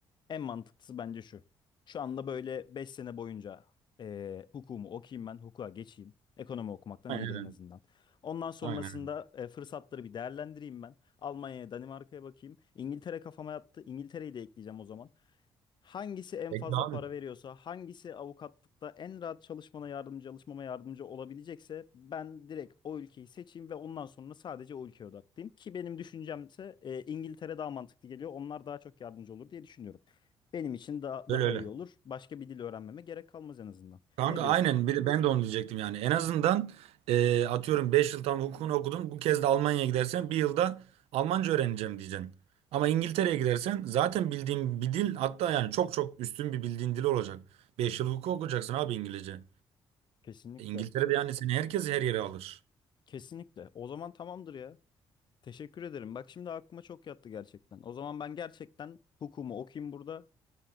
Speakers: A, on the left; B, on the right.
A: En mantıklısı bence şu. Şu anda böyle 5 sene boyunca e, hukumu okuyayım ben, hukuka geçeyim. Ekonomi okumaktan
B: Aynen.
A: iyidir en azından. Ondan sonrasında
B: Aynen.
A: e, fırsatları bir değerlendireyim ben. Almanya'ya, Danimarka'ya bakayım. İngiltere kafama yattı. İngiltere'yi de ekleyeceğim o zaman. Hangisi en
B: Peki
A: fazla para
B: abi.
A: veriyorsa, hangisi avukatlıkta en rahat çalışmana yardımcı, çalışmama yardımcı olabilecekse ben direkt o ülkeyi seçeyim ve ondan sonra sadece o ülkeye odaklıyım. Ki benim düşüncemse e, İngiltere daha mantıklı geliyor. Onlar daha çok yardımcı olur diye düşünüyorum. Benim için da
B: Öyle
A: daha
B: öyle.
A: iyi olur. Başka bir dil öğrenmeme gerek kalmaz en azından.
B: Kanka
A: Ne diyorsun?
B: aynen bir, ben de onu diyecektim yani. En azından e, atıyorum 5 yıl tam hukukunu okudun. Bu kez de Almanya'ya gidersen bir yılda Almanca öğreneceğim diyeceksin. Ama İngiltere'ye gidersen zaten bildiğin bir dil hatta yani çok çok üstün bir bildiğin dil olacak. beş yıl hukuk okuyacaksın abi İngilizce.
A: Kesinlikle.
B: E, İngiltere'de yani seni herkes her yere alır.
A: Kesinlikle. O zaman tamamdır ya. Teşekkür ederim. Bak şimdi aklıma çok yattı gerçekten. O zaman ben gerçekten hukumu okuyayım burada.